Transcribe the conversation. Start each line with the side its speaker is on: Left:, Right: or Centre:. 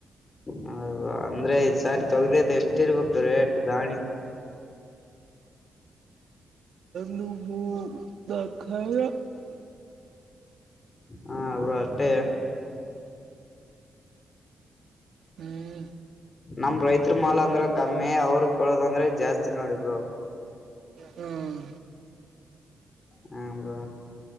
Left: ಹ ಅಂದ್ರೆ ಈ ಸಾರಿ ತಗಲದ ಎಷ್ಟ ಇರ್ಬೇಕು ರೇಟ್ ದಾಣಿ
Right: ನು ದಖರ <inaudible> <unintelligible>
Left: ಹಾ ಅವರು ಅಷ್ಟೇ
Right: ಹ್ಮ್
Left: ನಮ ರೈತ ಮಾಲ್ ಅಂದ್ರ ಕಮ್ಮಿ ಅವ್ರ ಕೊಡಳೋದಂದ್ರೆ ಜಾಸ್ತಿ ನೋಡಬರು
Right: ಹ್ಮ್
Left: ಹರ <unintelligible>